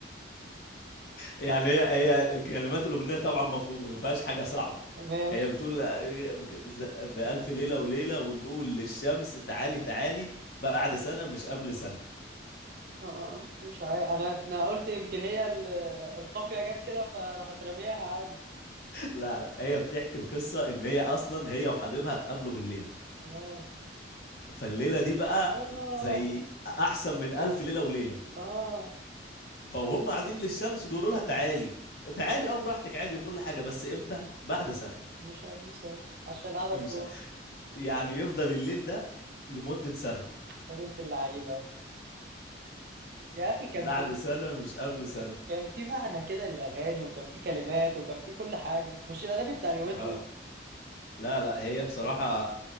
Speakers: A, on the left (about 55°); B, on the right (about 50°).
A: يعني هي هي كلمات الأغنية طبعا مفهومة ما فيهاش حاجة صعبة
B: ماشي
A: هي بتقول آه، بك- بز- بألف ليلة وليلة ونقول للشمس تعالي تعالي بعد سنة مش قبل سنة
B: آه مش عارف انا انا قلت يمكن هي ال- القافية جت كده فراحت رمياها عادي
A: لا لا هي بتحكي القصة إن هي أصلا هي وحبيبها اتقابلوا بالليل
B: اه
A: فالليلة دي بقى
B: اه
A: زي أحسن من ألف ليلة وليلة
B: اه
A: فهم قاعدين للشمس بيقولوا لها تعالي تعالي أه براحتك عادي وكل حاجة بس إمتى؟ بعد سنة
B: مش قبل سنة عشان قاعدة
A: مش
B: تطول
A: يعني يفضل الليل ده لمدة سنة
B: يا بنت اللعيبة يا اخي كان
A: بعد سنة مش قبل سنة
B: كان في معنى كده للأغاني وكان في كلمات وكان في كل حاجة مش الأغاني بتاع اليومين
A: أه
B: دول
A: لا لا هي بصراحة